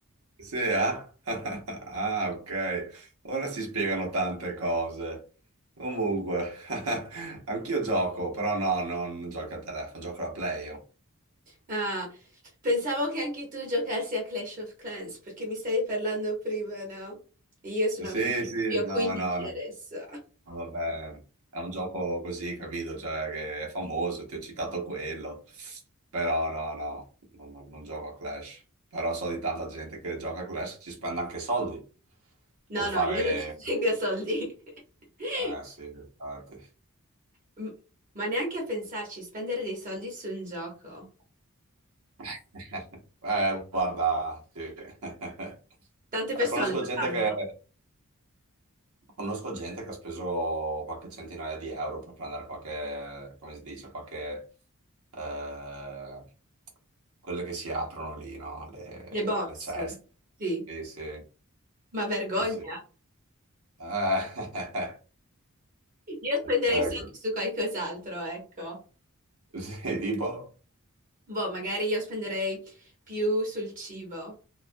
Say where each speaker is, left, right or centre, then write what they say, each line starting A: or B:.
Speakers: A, on the right (about 75°); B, on the right (about 35°).
A: sì, eh? <laughs> Ah, ok. Ora si spiegano tante cose. Comunque, <laughs> anch'io gioco, però no, no, non gioco a telefono, gioco alla Play io.
B: Ah, pensavo che anche tu giocassi a Clash of Clans, perché mi stavi parlando prima, no? E Io sono
A: Sì, sì,
B: più a
A: no,
B: 15
A: no, no.
B: adesso.
A: Vabbè, è un gioco così, capito? Cioè, che è famoso, ti ho citato quello. Però no, no, non, non- non gioco a Clash. Però so di tanta gente che gioca a Clash e ci spende anche soldi
B: No,
A: per
B: no,
A: fare...
B: io non <laughs> ci tengo soldi. <laughs>
A: Eh sì, infatti.
B: M- Ma neanche a pensarci, spendere dei soldi su un gioco.
A: <laughs> Eh, guarda, sì. <laughs>
B: Tante persone
A: Conosco
B: lo
A: gente
B: fanno.
A: che... Conosco gente che ha speso qualche centinaia di euro per prendere qualche, come si dice, qualche, eh, quelle che si aprono lì, no? Le,
B: Le box,
A: le ceste.
B: sì.
A: Sì, sì,
B: Ma vergogna.
A: sì, sì. Eh, <laughs>
B: Io spenderei
A: ecco.
B: soldi su qualcos'altro, ecco.
A: Sì, tipo,
B: Boh, magari io spenderei più sul cibo.